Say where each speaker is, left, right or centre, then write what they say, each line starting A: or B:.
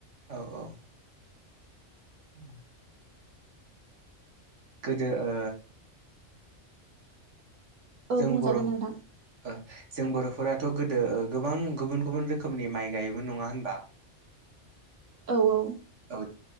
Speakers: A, on the right; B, on the right.
A: औ औ <inaudible> गोदो ओ
B: औ
A: जों
B: बुंजागोन
A: बर' ओ
B: नोंथां
A: जों बर' फोराथ' गोदो ओ गोबां गुबुन गुबुन रोखोमनि माइ गायोमोन नङा होनबा
B: औ औ
A: <unintelligible> ओ